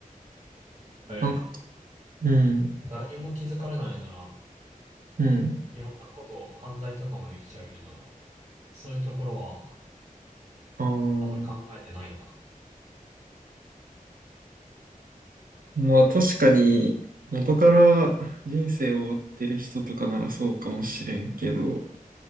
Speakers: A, on the right; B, on the right.
A: あれ、
B: なんか、うん。
A: 誰にも気づかれないなら、
B: うん。
A: いろんなことを犯罪とかもできちゃうけど、そういうところは
B: あー
A: あまり考えてないのかな。
B: まあ確かに元から人生を追ってる人とかならそうかもしれんけど、